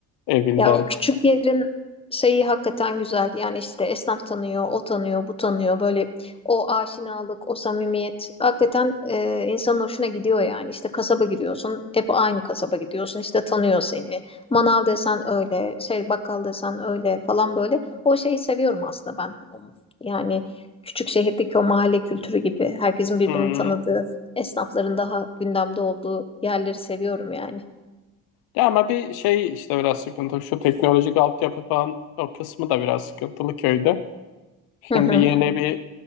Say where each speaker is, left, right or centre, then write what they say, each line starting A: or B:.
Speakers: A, on the left (about 90°); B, on the left (about 15°).
A: evinden.
B: Ya o küçük yerin şeyi hakikaten güzel. Yani işte esnaf tanıyor, o tanıyor, bu tanıyor. Böyle o aşinalık, o samimiyet hakikaten e, insanın hoşuna gidiyor yani. İşte kasaba giriyorsun, hep aynı kasaba gidiyorsun. İşte tanıyor seni. Manav desen öyle, şey bakkal desen öyle falan böyle. O şeyi seviyorum aslında ben. Yani küçük şehirdeki o mahalle kültürü gibi herkesin birbirini
A: Hmm.
B: tanıdığı, esnafların daha gündemde olduğu yerleri seviyorum yani.
A: Ya ama bir şey işte biraz sıkıntı. Şu teknolojik altyapı falan o kısmı da biraz sıkıntılı köyde. Şimdi
B: Hı hı.
A: yeni bir